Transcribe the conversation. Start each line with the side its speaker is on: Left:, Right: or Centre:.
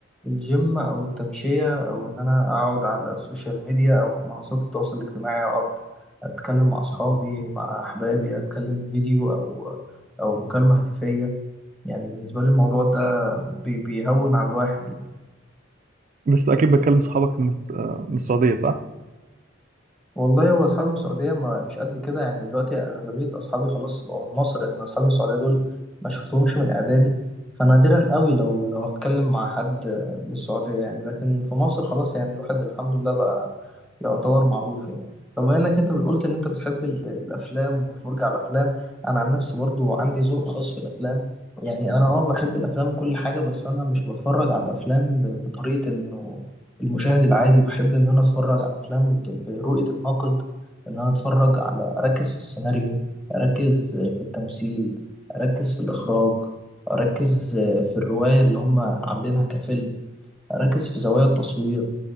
Centre: الجيم او التمشيه او ان انا اقعد على السوشيال ميديا او منصات التواصل الاجتماعي اقعد اتكلم مع اصحابي مع احبابي اتكلم فيديو او او مكالمه هاتفيه يعني بالنسبه لي الموضوع ده بي- بيهون على الواحد يعني
Right: بس اكيد بتكلم صحابك من الس- آه، من السعوديه صح
Centre: والله هو اصحابي من السعوديه ما مش قد كده يعني دلوقتي اغلبيه اصحابي خلاص بقوا من مصر لان اصحابي من السعوديه دول ما شفتهمش من اعدادي فنادرا قوي لو لو هتكلم مع حد من السعوديه يعني لكن في مصر خلاص يعني الواحد الحمد لله بقى يعتبر معروف يعني طب بما انك انت بتقولت ان انت بتحب ال- الافلام والفرجه على الافلام انا عن نفسي برضو عندي ذوق خاص في الافلام يعني انا اه بحب الافلام وكل حاجه بس انا مش بتفرج على الافلام ب- بطريقه انه المشاهد العادي بحب إن أنا أتفرج على أفلام بت- برؤية الناقد إن أنا أتفرج على أركز في السيناريو أركز في التمثيل أركز في الإخراج أركز في الرواية اللي هم عاملينها كفيلم أركز في زوايا التصوير